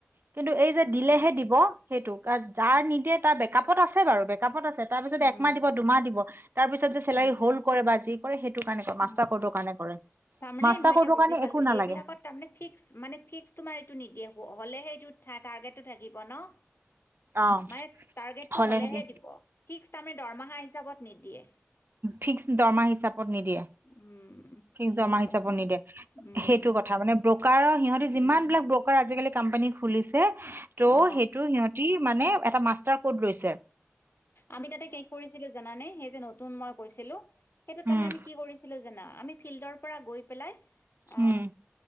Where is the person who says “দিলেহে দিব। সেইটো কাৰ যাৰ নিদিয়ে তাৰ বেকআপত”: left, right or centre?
Right